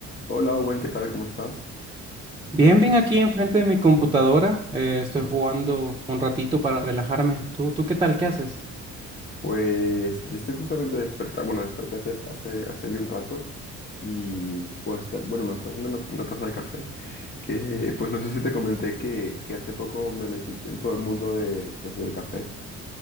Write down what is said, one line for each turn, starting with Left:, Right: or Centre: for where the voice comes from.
Left: Hola, Owen, ¿qué tal? ¿Cómo estás?
Right: Bien, bien aquí enfrente de mi computadora. eh, estoy jugando un ratito para relajarme. ¿Tú, tú qué tal? ¿Qué haces?
Left: Pues yo estoy justamente despertado, bueno, desperté hace, hace, hace ya un rato y pues, te- bueno, me estoy haciendo una, una taza de café que, pues no sé si te comenté que, que hace poco me metí en todo el mundo de, pues, del café.